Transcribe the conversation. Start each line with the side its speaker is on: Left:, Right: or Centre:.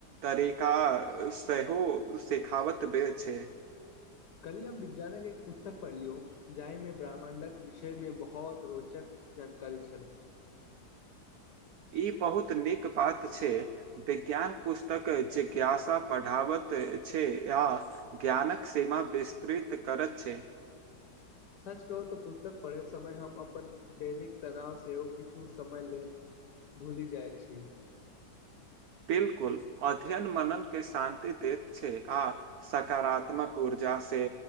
Right: तरीका सेहो सिखावत दै छै।
Left: कल्हि हम विज्ञानक एक पुस्तक पढ़लियौ जाहिमे ब्राह्मण्डक विषयमे बहोत रोचक जानकारी छल।
Right: ई बहुत नीक बात छै विज्ञान पुस्तक जिज्ञासा पढ़ाबैत छै आ ज्ञानक सीमा विस्तृत करैत छै।
Left: सच कहू तऽ पुस्तक पढ़य समय हम अपन दैनिक तनाव सेहो किछु समय लेल भूलि जाइत छी।
Right: बिल्कुल अध्ययन मनन के शान्ति देैत छै आ सकारात्मक ऊर्जा से